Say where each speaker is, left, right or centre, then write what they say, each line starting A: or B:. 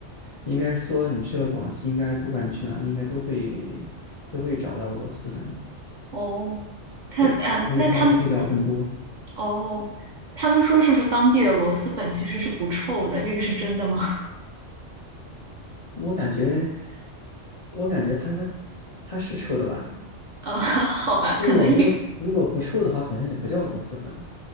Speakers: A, on the left (about 45°); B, on the right (about 50°).
A: 应该说你去了广西，应该不管你去哪里，应该都会都会找到螺蛳粉。
B: 哦，他啊，
A: 对，而且它的配料更多。
B: 那他们哦，他们说是不是当地的螺蛳粉其实是不臭的？这个是真的吗？
A: 我感觉，我感觉它它是臭的吧？
B: <laughs> 啊，好吧，可能有，
A: 就是我没有，如果不臭的话，好像也不叫螺蛳粉了